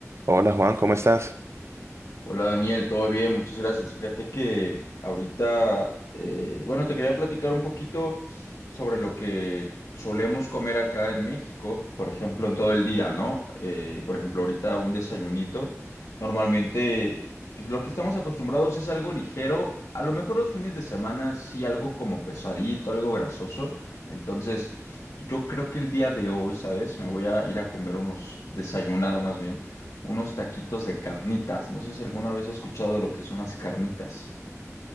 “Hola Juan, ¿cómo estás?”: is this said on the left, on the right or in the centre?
Right